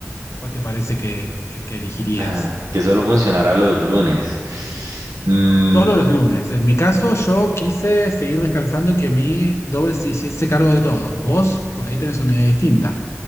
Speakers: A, on the left; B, on the right.
A: cuál te parece que, que- que elegirías?
B: Ah, Que solo funcionará los lunes. Mm,
A: Solo los lunes. En mi caso, yo quise seguir descansando y que mi doble se hiciese cargo de todo. Vos, por ahí tenés una idea distinta.